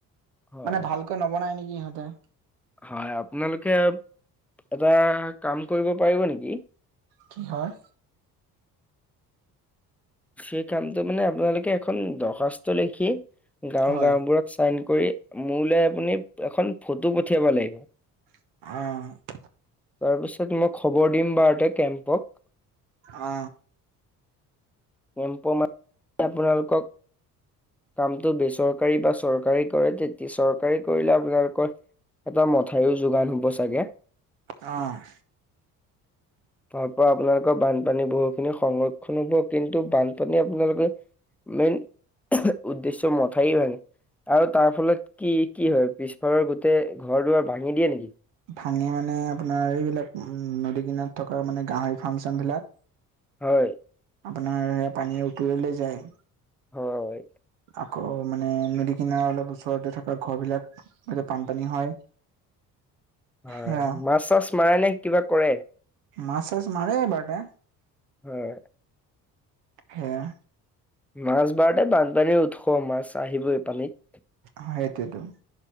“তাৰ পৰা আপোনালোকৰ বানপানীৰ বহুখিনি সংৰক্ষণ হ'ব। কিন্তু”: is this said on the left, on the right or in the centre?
Centre